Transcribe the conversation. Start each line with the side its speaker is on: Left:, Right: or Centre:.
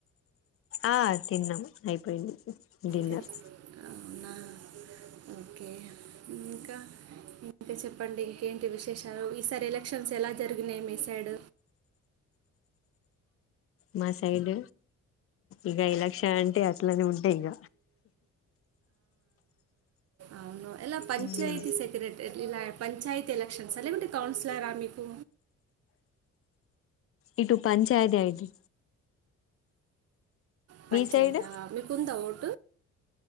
Left: ఆ తిన్నాం అయిపోయింది డిన్నర్
Right: తిన్- అవునా ఓకే ఇంకా ఓకే చెప్పండి ఇంకేంటి విశేషాలు ఈసారి ఎలక్షన్స్ ఎలా జరిగినాయి మీ సైడ్
Left: మా సైడ్ ఇక ఎలక్షన్స్ అంటే అట్లనే ఉంటాయి ఇక
Right: అవును ఎలా పంచయతీ
Left: ఉమ్
Right: సెక్రటరీ ఇలా పంచాత్ ఎలక్షన్స్ అ లేకుంటే కౌన్సలరా మీకు
Left: ఇటు పంచాయితీ అయిది
Right: పంచాయత
Left: సైడ్
Right: మీకుందా ఓటు